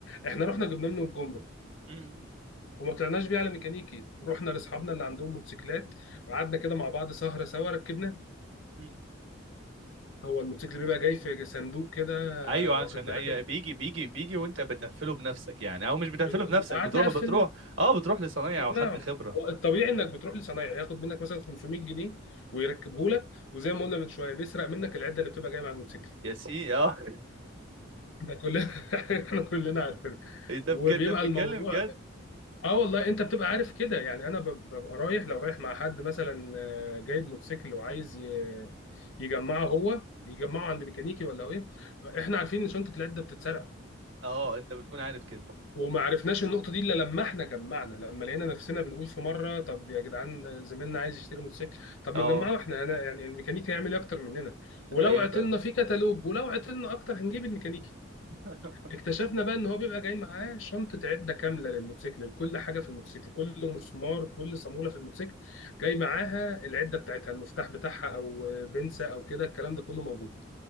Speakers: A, on the left (about 65°); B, on the right (about 70°).
A: احنا رحنا جبنا منه الجمرك
B: م-
A: وما طلعناش بيه على ميكانيكي رحنا لاصحابنا اللي عندهم موتوسيكلات وقعدنا كده مع بعض سهره سوا ركبنا
B: م.
A: هو الموتوسيكل بيبقى جاي في صندوق كده
B: ايوه عشان
A: واخد بالك
B: اي
A: انت؟
B: بيجي بيجي بيجي وانت بتقفله بنفسك يعني او مش بتقفله
A: بت-
B: بنفسك
A: قعدنا
B: بتروح
A: قفلنا
B: بتروح اه بتروح لصنايعي
A: اتجمعنا
B: او حد خبره
A: هو الطبيعي انك بتروح لصنايعي ياخد منك مثلا 500 جنيه ويركبه لك وزي ما قلنا من شويه بيسرق منك العده اللي بتبقى جايه مع الموتوسيكل
B: يا سي اه
A: ده كلنا <laughs> احنا كلنا عارفين
B: ايه ده
A: وبيبقى
B: بجد انت بتتكلم
A: الموضوع
B: جد
A: اه والله انت بتبقى عارف كده يعني انا بب- ببقى رايح لو رايح مع حد مثلا آه، جايب موتوسيكل وعايز ي- يجمعه هو يجمعه عند ميكانيكي ولا ايه احنا عارفين ان شنطه العده بتتسرق
B: اه انت بتكون عارف كده
A: وما عرفناش النقطه دي الا لما احنا جمعنا لما لقينا نفسنا بنقول في مره طب يا جدعان زميلنا عايز يشتري موتوسيكل طب
B: اه
A: ما نجمعه احنا هنا يعني الميكانيكي هيعمل ايه اكتر مننا ولو
B: ايوه
A: عطلنا
B: فاهم
A: في كتالوج ولو عطلنا اكتر هنجيب الميكانيكي
B: <laughs>
A: اكتشفنا بقى ان هو بيبقى جاي معاه شنطه عده كامله للموتوسيكل لكل حاجه في الموتوسيكل كل مسمار كل صاموله في الموتوسيكل جاي معاها العده بتاعتها المفتاح بتاعها او بنسه او كده الكلام ده كله موجود